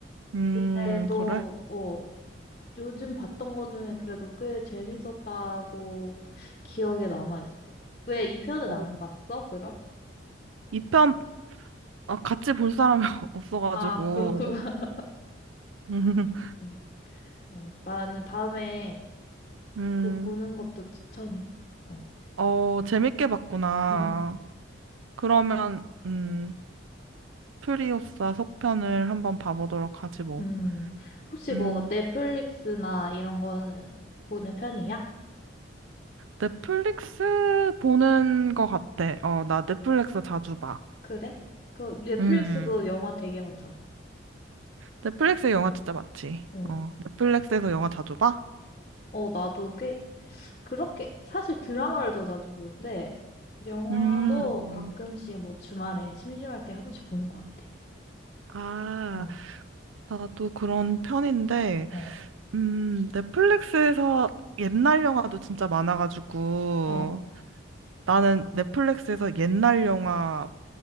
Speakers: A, on the right; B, on the left.
A: 음,
B: 그래도,
A: 그래?
B: 어, 요즘 봤던 거 중에 그래도 꽤 재밌었다고 기억에 남아있어. 왜 이 편은
A: 오
B: 안 봤어, 그럼?
A: 2편, 같이 볼 사람이 <laughs> 없어가지고.
B: 아, 그렇구나.
A: <laughs>
B: <laughs> 음. 어, 나는 다음에
A: 음,
B: 그 보는 것도 추천해. 어.
A: 어, 재밌게 봤구나.
B: 음, 음.
A: 그러면, 음 프리우사 속편을 한번 봐보도록 하지 뭐.
B: 음, 혹시
A: 음,
B: 뭐 넷플릭스나 이런 거는 보는 편이야?
A: 넷플릭스 보는 거 같아. 어, 나 넷플릭스 자주 봐.
B: 그래? 그 넷플릭스도
A: 음,
B: 영화 되게 많잖아.
A: 넷플릭스 영화 진짜 많지.
B: 응.
A: 어, 넷플릭스에서 영화 자주 봐?
B: 어, 나도 꽤 그렇게 사실 드라마를 더 자주 보는데 그 영화도
A: 음,
B: 가끔씩 뭐 주말에 심심할 때 한 번씩 보는 것 같아.
A: 아,
B: 어,
A: 나도 그런 편인데,
B: 어,
A: 음, 넷플릭스에서 옛날 영화도 진짜 많아가지고,
B: 어,
A: 나는 넷플릭스에서 옛날 영화